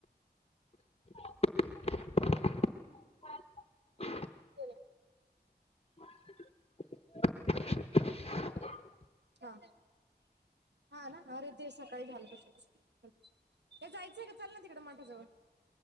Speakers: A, on the left; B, on the right.
A: कडकड <inaudible>
B: केलय.
A: <unintelligible>
B: हा हा ना अरे ते सकाळी झालं तस. हे जायचंय का चाल ना तिकडे माठाजवळ